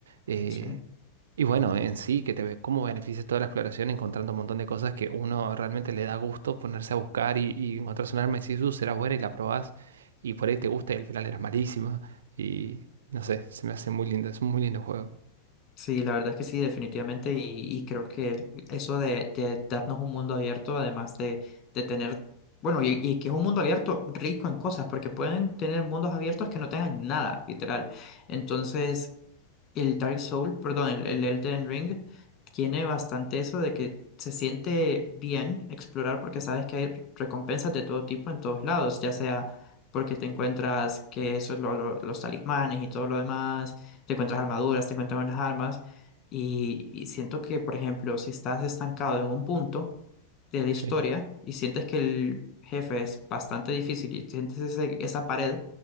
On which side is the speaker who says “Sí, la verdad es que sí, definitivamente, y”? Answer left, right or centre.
Left